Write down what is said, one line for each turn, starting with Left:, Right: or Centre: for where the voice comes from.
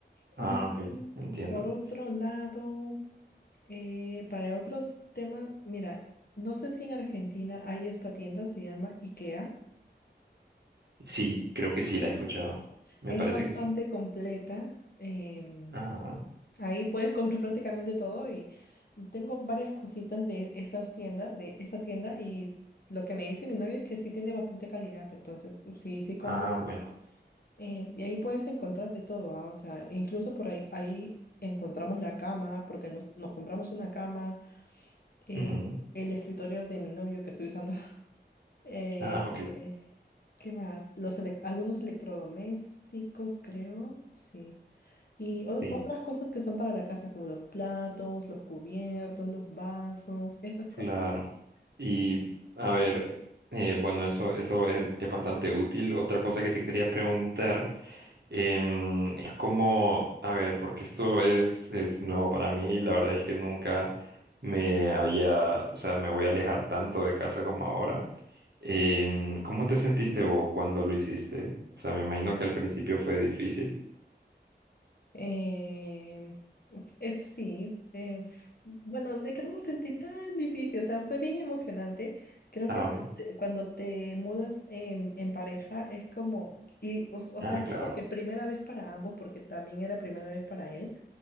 Left: Mm,
Right: Ah, ok, entiendo.
Left: Por otro lado, eh, para otros temas, mira, no sé si en Argentina hay esta tienda, se llama IKEA.
Right: Sí, creo que sí la he escuchado. Me
Left: Es
Right: parece
Left: bastante
Right: que sí.
Left: completa. em,
Right: Ajá.
Left: Ahí puedes comprar prácticamente todo y tengo varias cositas de esas tiendas, de esa tienda y s- lo que me dice mi novio es que sí tiene bastante calidad, entonces sí, sí conviene.
Right: Ah, bueno.
Left: Eh, y ahí puedes encontrar de todo, ah, O sea, incluso por ahí, ahí encontramos la cama, porque nos, nos compramos una cama, eh,
Right: Ujú.
Left: el escritorio de mi novio que estoy usando. <laughs> eh,
Right: Ah, ok.
Left: eh, ¿qué más? Los elec- algunos electrodomésticos, creo, sí. Y o-
Right: Sí,
Left: otras cosas que son para la casa, como los platos, los cubiertos, los vasos, esas
Right: claro.
Left: cosas.
Right: Y a ver, eh, bueno, eso, eso es es bastante útil. Otra cosa que te quería preguntar. Em, es como, a ver, porque esto es, es nuevo para mí, la verdad es que nunca me había, o sea, me voy a alejar tanto de casa como ahora. Em, ¿cómo te sentiste vos cuando lo hiciste? O sea, me imagino que al principio fue difícil.
Left: Em, f- f- sí, eh, f- bueno, de que no lo sentí tan difícil, o sea, fue bien emocionante. Creo
Right: Ah,
Left: que
Right: ok.
Left: te- cuando te mudas en, en pareja es como, y, o, s- o
Right: Ah,
Left: sea, es
Right: claro.
Left: como que primera vez para ambos, porque también era primera vez para él,